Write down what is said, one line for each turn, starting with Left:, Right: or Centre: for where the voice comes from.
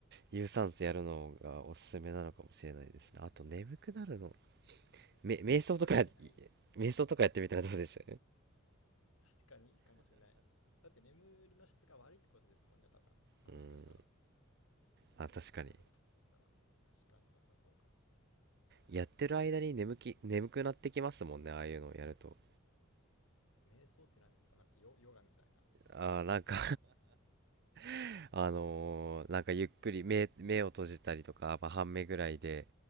Right: 有酸素やるのがおすすめなのかもしれないですね。あと眠くなるの。め、瞑想とかや、
Left: 疲れてない
Right: 瞑想とかやってみたらどうです
Left: 確かにいいかもしれない。だって眠りの質が悪いってことですもんね、多分。まあ、
Right: うん。
Left: もしかしたら。
Right: あ、確かに。
Left: そういうので落ち着いたら確かに良さそうかもしれない。
Right: やってる間に眠き、眠くなってきますもんね、ああいうのをやると。
Left: 瞑想って何ですかなんかヨ、ヨガみたいな。
Right: あーなんか <laughs> あのーなんかゆっくり目、目を閉じたりとか、まあ、半目ぐらいで、